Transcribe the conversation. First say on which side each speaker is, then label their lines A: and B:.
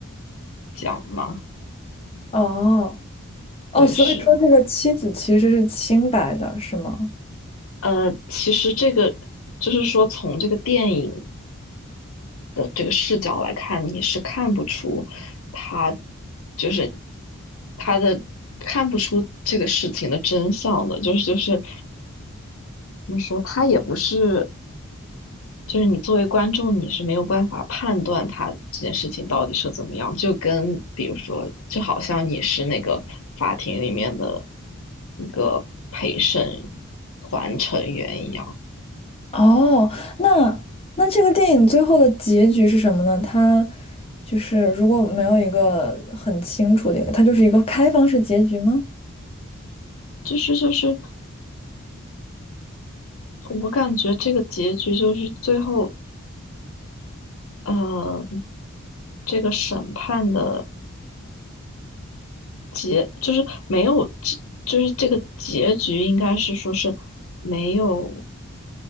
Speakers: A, on the left; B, on the left.
A: 讲嘛？
B: 哦哦，
A: 对，
B: 所以说这个妻子其实是清白的，
A: 是。
B: 是吗？
A: 呃，其实这个就是说，从这个电影的这个视角来看，你是看不出他就是他的看不出这个事情的真相的，就是就是怎么说，他也不是，就是你作为观众，你是没有办法判断他这件事情到底是怎么样，就跟比如说，就好像你是那个法庭里面的一个陪审团成员一样。
B: 哦，那那这个电影最后的结局是什么呢？它就是如果没有一个很清楚的一个，它就是一个开放式结局吗？
A: 就是就是，我感觉这个结局就是最后呃，这个审判的结就是没有，这就是这个结局应该是说是没有，